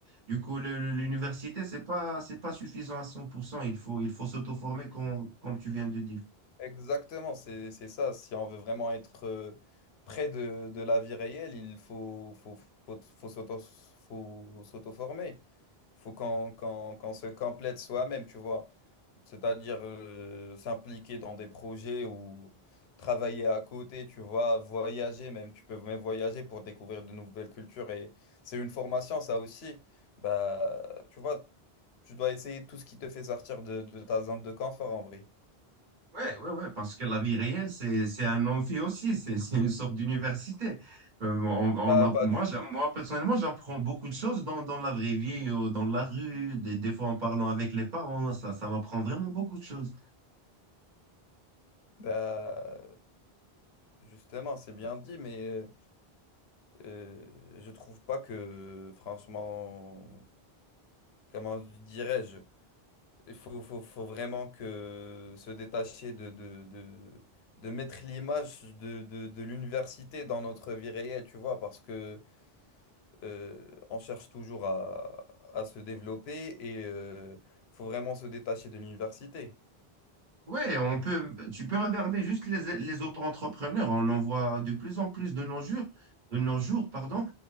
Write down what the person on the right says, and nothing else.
Du coup, le- le- l'université, c'est pas, c'est pas suffisant à cent pour cent Il faut, il faut s'auto-former, com- comme tu viens de dire.
Ouais, ouais, ouais, parce que la vie réelle, c'est, c'est un amphi aussi, c'est, c'est une sorte d'université. Euh, on, on
a-
moi,
j'a-
moi, personnellement, j'apprends beaucoup de choses dans, dans la vraie vie, euh, dans la rue, des, des fois en parlant avec les parents, ça, ça m'apprend vraiment beaucoup de choses.
Ouais, on peut, tu peux regarder juste les, les auto-entrepreneurs. On en voit de plus en plus de nos jours, de nos jours, pardon.